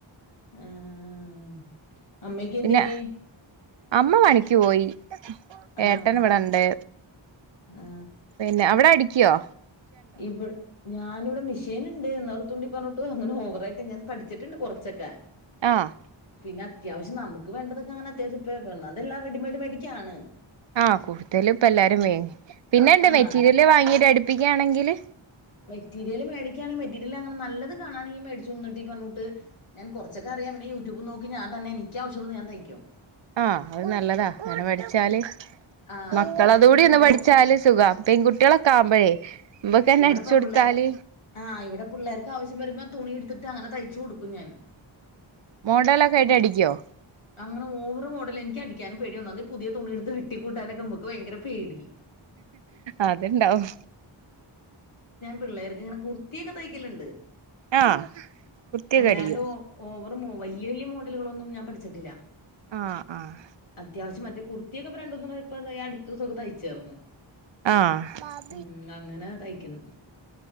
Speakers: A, on the left (about 85°); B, on the right (about 65°).
A: ആഹ് അമ്മക്ക് എന്തിയേ
B: പിന്നെ അമ്മ പണിക്ക് പോയി
A: ആ,
B: ഏട്ടൻ ഇവിടെണ്ട്.
A: ആ.
B: പിന്നെ അവിടെ അടിക്കോ
A: ഇവൾ ഞാനിവിടെ മിഷന്ണ്ട് എന്നാ തുണ്ടി പറഞ്ഞിട്ട് അങ്ങനെ ഓവറായിട്ട് ഞാൻ പഠിച്ചിട്ടുണ്ട് കുറച്ചൊക്കെ.
B: ആഹ്
A: പിന്നെ അത്യാവശ്യം നമുക്ക് വേണ്ടതൊക്കെ അങ്ങനെ അത്യാവശ്യപ്പേ ഒന്നാമത് എല്ലാം റെഡിമെയ്ഡ് വേടിക്കാണ്.
B: ആഹ് കൂടുതൽ ഇപ്പ എല്ലാരും വേങ്ങി പിന്നെണ്ട്
A: ആഹ്
B: മെറ്റീരിയല് വാങ്ങീട്ട് അടുപ്പിക്കാണെങ്കില്.
A: മെറ്റീരിയല് മേടിക്കാണെങ്ക മെറ്റീരിയല് മേടിക്കാണെങ്കില് മെറ്റീരിയൽ അങ്ങനെ നല്ലത് കാണാണെങ്കിൽ മേടിച്ച് കൊടന്നിട്ട് ഇങ്ങനെ പറഞ്ഞൂട്ട് ഞാൻ കുറച്ചൊക്കെയറിയാം പിന്നെ യൂട്യൂബ് നോക്കി ഞാൻ തന്നെ എനിക്ക് ആവശ്യമുള്ളത് ഞാൻ തയ്ക്കും.
B: ആഹ് അത് നല്ലതാ അങ്ങനെ പടിച്ചാല്
A: ആഹ്
B: മക്കള്
A: അപ്പൊ
B: അത്
A: ഇവിടെ
B: കൂടി
A: പിള്ളേർക്കും
B: ഒന്ന് പഠിച്ചാല് സുഖാ, പെൺകുട്ടികളോ ക്കളാവുമ്പഴേ മ്മക്കന്നെടിച്ചോടുത്താല്
A: ഇവിടെ പെമ്പിള്ളേർ ആഹ് ഇവിടെ പിള്ളേർക്ക് ആവശ്യം വരുമ്പോ തുണി ഇടുത്തിട്ട് അങ്ങനെ തയ്ച്ച് കൊടുക്കും ഞാന്.
B: മോഡലൊക്കെ ആയിട്ട് അടിക്കോ
A: അങ്ങനെ ഓവറ് മോഡല് എനിക്കടിക്കാനും പേട്യ ഒന്നാമത് പുതിയ തുണി ഇടുത്ത് വെട്ടി കൂട്ടാനൊക്കെ മ്മുക് ഭയങ്കര പേടി
B: അത്ണ്ടാവും
A: പിള്ളേർക്കിങ്ങനെ കുർത്തിയൊക്കെ തയ്ക്കല്ണ്ട്
B: ആഹ് കുർത്തിയൊക്കെ
A: അല്ലാണ്ട്
B: അടിക്കും
A: ഓവറ് വല്ല്യ വല്ല്യ മോഡലുകളൊന്നും ഞാൻ പഠിച്ചിട്ടില്ല.
B: ആഹ് ആഹ്
A: അത്യാവശ്യം മറ്റേ കുർത്തിയൊക്കെ ഇപ്പ രണ്ടു ന്ന്ണ് പ്പയതാ ഞാനെടുത്തുസുകു തയ്ച്ചാർന്നു.
B: ആഹ്
A: ഉം അങ്ങനെ തൈയ്ക്ക്ണ്.